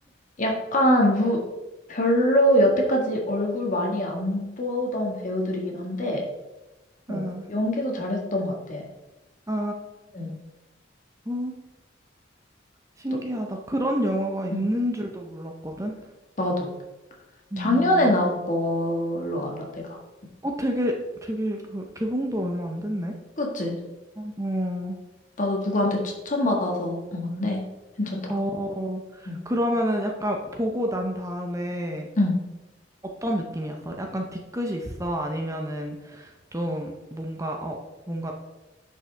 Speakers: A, on the left; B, on the right.
A: 약간, 무, 별로 여태까지 얼굴 많이 안 보던 배우들이긴 한데, 어,
B: 어,
A: 연기도 잘했던 것 같아.
B: 아,
A: 응.
B: 어, 신기하다.
A: 또,
B: 그런 영화가 있는
A: 응.
B: 줄도 몰랐거든?
A: 나도.
B: 음,
A: 작년에 나온 걸로 알아, 내가.
B: 어, 되게, 되게, 그 개봉도 얼마 안 됐네?
A: 그치?
B: 어,
A: 나도 누구한테 추천받아서 본 건데, 괜찮더라고.
B: 어,
A: 응.
B: 그러면은 약간 보고 난 다음에
A: 응.
B: 어떤 느낌이었어? 약간 뒤끝이 있어? 아니면은 좀 뭔가, 어, 뭔가